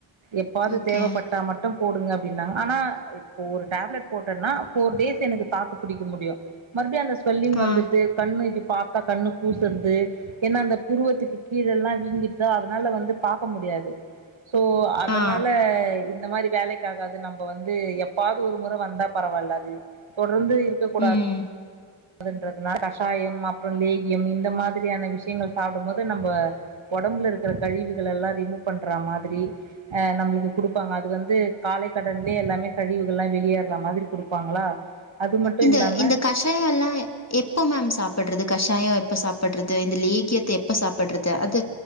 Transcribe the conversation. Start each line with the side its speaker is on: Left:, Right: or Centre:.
Right: எப்பாவது
Left: ஓகே
Right: தேவப்பட்டா மட்டு போடுங்க அப்டின்னாங்க ஆனா இப்ப ஒரு டேப்லட் போட்டன்னா ஃபோர் டேஸ் எனக்கு தாக்கு புடிக்க முடியு மறுபடியு அந்த ஸ்வெல்லிங்
Left: ஆ
Right: வந்துடுது கண்ணு இப்டி பாத்தா கண்ணு கூசறது ஏன்னா அந்த புருவத்துக்கு கீழல்லா வீங்கிற்தா அதுனால வந்து பாக்க முடி யாது சோ அதனால
Left: ஆ
Right: இந்த மாரி வேலைக்காகாது நம்ப வந்து எப்பவாவது ஒரு மொற வந்தா பரவால்ல அது தொ தொடர்ந்து இருக்கக் கூடாது
Left: ம்
Right: துன்றதுனால கஷாயம் அப்புறம் லேகியம் இந்த மாதிரியான விஷியங்கள் சாப்பட மோது நம்ப ஒடம்புல இருக்கிற கழிவுகள் எல்லாம் ரிமூவ் பண்ற மாதிரி ஆ நம்பளுக்கு குடுப்பாங்க அது வந்து காலை கடன்லே எல்லாமே கழிவுகள்லா வெளியேற மாதிரி குடுப்பாங்களா அது மட்டு
Left: இந்த
Right: இல்லாம
Left: இந்த கஷாய எல்லா எப்ப மேம் சாப்படறது கஷாயம் எப்ப சாப்படறது இந்த லேகியத்தை எப்ப சாப்படறது அது